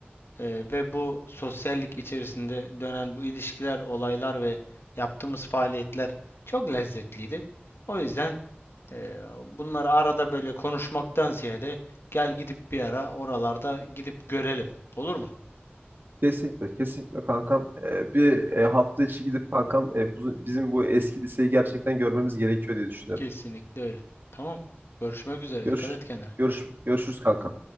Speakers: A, on the left; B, on the right.
A: Ee, ve bu sosyallik içerisinde dönen bu ilişkiler, olaylar ve yaptığımız faaliyetler çok lezzetliydi. O yüzden e, bunları arada böyle konuşmaktan ziyade gel gidip bir ara oralarda gidip görelim. Olur mu?
B: Kesinlikle, kesinlikle kankam. Ee, bir e, hafta içi gidip kankam e, bu- bizim bu eski liseyi gerçekten görmemiz gerekiyor diye düşünüyorum.
A: Kesinlikle öyle. Tamam. Görüşmek üzere.
B: Görüş,
A: Dikkat et kendine.
B: görüş, görüşürüz kankam.